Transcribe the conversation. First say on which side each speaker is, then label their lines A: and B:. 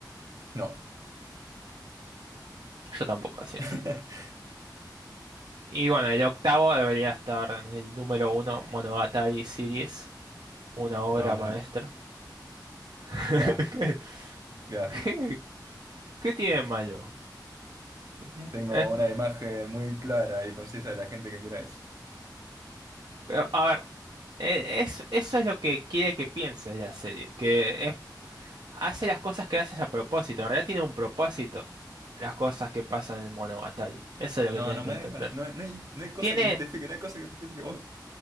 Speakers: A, on the right; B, on the right.
A: No.
B: Yo tampoco, así
A: <laughs>
B: es. Y bueno, el octavo debería estar en el número uno, Monogatari Series, una obra
A: No, mm,
B: maestra. <laughs>
A: qué asco,
B: ¿Qué,
A: qué asco.
B: qué- qué tiene de malo? Mm,
A: Tengo
B: es-
A: una imagen muy clara y concisa de la gente que mira eso.
B: pero, a ver, e- es, eso es lo que quiere que piense la serie, que es- hace las cosas que haces a propósito, en realidad tiene un propósito las cosas que pasan en Monogatari, eso es lo
A: No,
B: que tienes
A: no me
B: que entender.
A: da igual. No, no hay, no hay cosa
B: tiene
A: que justifique, no hay cosa que justifique. ¿Vos